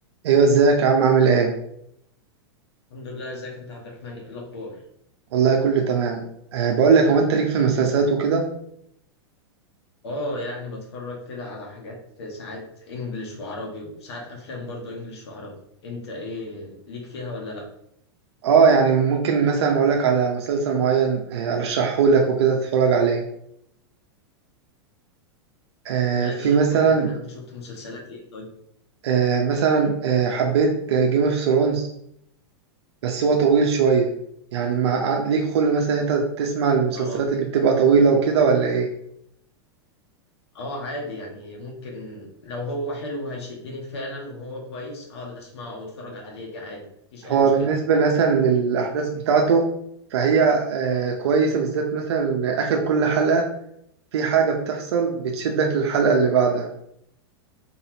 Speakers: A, on the right; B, on the left.
A: ايوه ازيك يا عم عامل ايه
B: الحمد لله ازيك انت يا عبد الرحمن ايه الاخبار
A: والله كله تمام أه بقول لك هو انت ليك في المسلسلات وكده
B: اه يعني بتفرج كده على حاجات ساعات انجليش وعربي وساعات افلام برضو انجليش وعربي انت ايه ليك فيها ولا لا
A: اه يعني ممكن مثلا اقول لك على مسلسل معين أه ارشحه لك وكده تتفرج عليه أه
B: ماشي
A: في مثلا
B: قول لي كده انت شفت مسلسلات ايه طيب
A: أه مثلا أه حبيت جيم اوف ثرونز بس هو طويل شويه يعني مع ليك خلق مثلا انت تسمع المسلسلات
B: اه
A: اللي بتبقى طويله وكده ولا ايه
B: اه عادي يعني ممكن لو هو حلو هيشدني فعلا وهو كويس اقعد اسمعه او اتفرج عليه عادي مفيش اي
A: هو
B: مشكلة
A: بالنسبه مثلا للاحداث بتاعته فهي أه كويسه بالذات مثلا اخر كل حلقه في حاجة بتحصل بتشدك للحلقة اللي بعدها